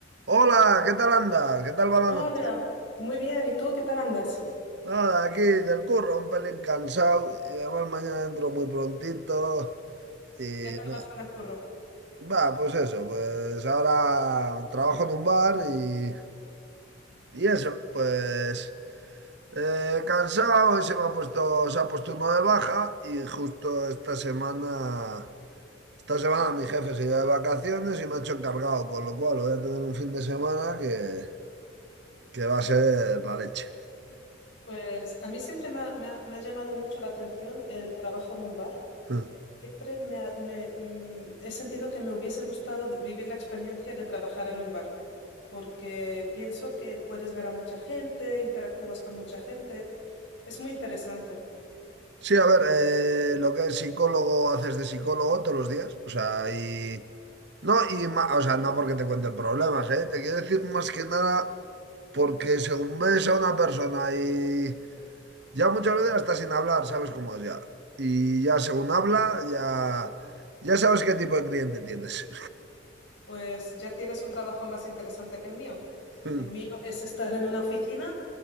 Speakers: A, on the right; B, on the left.
A: Hola, ¿qué tal andas? ¿Qué tal va la
B: Hola,
A: noche?
B: muy bien. ¿Y tú qué tal andas?
A: Nada, aquí del curro, un pelín cansado y además mañana entro muy prontito y
B: ¿Qué tal
A: nada.
B: vas con el curro?
A: Va, pues eso, pues ahora trabajo en un bar y, y eso, pues eh, cansado, se me ha puesto, se ha puesto uno de baja y justo esta semana, esta semana mi jefe se iba de vacaciones y me ha hecho encargado, con lo cual voy a tener un fin de semana que, que va a ser la leche.
B: Pues a mí siempre me ha, me ha- me ha llamado mucho la atención el trabajo en un bar.
A: <laughs>
B: Siempre me, ha- me- mm, he sentido que me hubiese gustado d- vivir la experiencia de trabajar en un bar, porque pienso que puedes ver a mucha gente, interactúas con mucha gente. Es muy interesante.
A: Sí, a ver, eh, lo que es psicólogo, haces de psicólogo todos los días. O sea, y. No, y ma- o sea, no porque te cuenten problemas, ¿eh? Te quiero decir más que nada porque según ves a una persona y ya muchas veces hasta sin hablar, sabes cómo es ya. Y ya según habla, ya, ya sabes qué tipo de cliente tienes.
B: Pues ya tienes un trabajo más interesante que el mío.
A: <laughs>
B: El mío es estar en una oficina,